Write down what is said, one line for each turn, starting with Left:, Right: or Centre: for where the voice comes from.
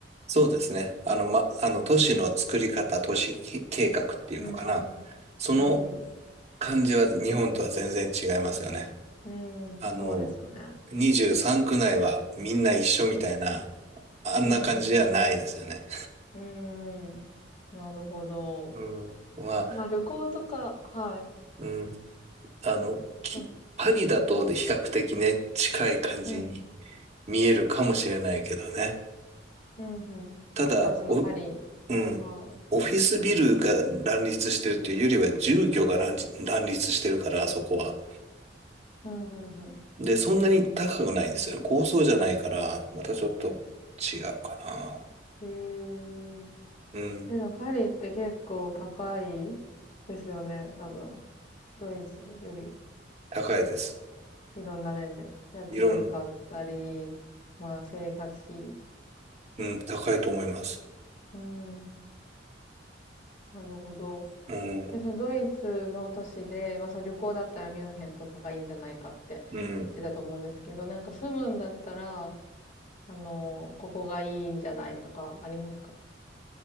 Right: そうですね。あの、ま、あの、
Left: うん。
Right: 都市の作り方、都市き計画っていうのかな。
Left: うんうん
Right: その
Left: うん。う
Right: 感じは日本とは全然違いますよね。
Left: んうん。
Right: あの、
Left: そうですよね。
Right: 23区内はみんな一緒みたいな、あんな感じではないですよね。
Left: うんうん。うん。なるほど。
Right: うん。まあ、
Left: まあ旅行とか、はい。
Right: うん。あの、き、
Left: そう。
Right: パリだと比較的ね、
Left: <laughs> うん、
Right: 近い感じに
Left: うん。
Right: 見えるかもしれないけどね。
Left: うん、うん。
Right: ただ、
Left: あ、そのパリ。
Right: お、うん。
Left: はい。
Right: オフィスビルが乱立してるというよりは住居が乱立、乱立してるから、あそこは。
Left: うん、うん、う
Right: で、そんなに高くないんですよね。高層じゃないから、またちょっと違うかな。
Left: ん。へ
Right: うん。
Left: え。え、でもパリって結構高いですよね、多分。ドイツより、
Right: 高いです。
Left: いろんな面で。家賃だったり、
Right: いろん、
Left: まあ生活費。
Right: うん、高いと思います。
Left: うん。なるほど。
Right: うん、
Left: で、そのドイツの都市で、まあその旅行だったらミュンヘンとかがいいんじゃないかって言ってたと思うんですけど、
Right: うん。
Left: なんか住むんだったら、あの、ここがいいんじゃないとかありますか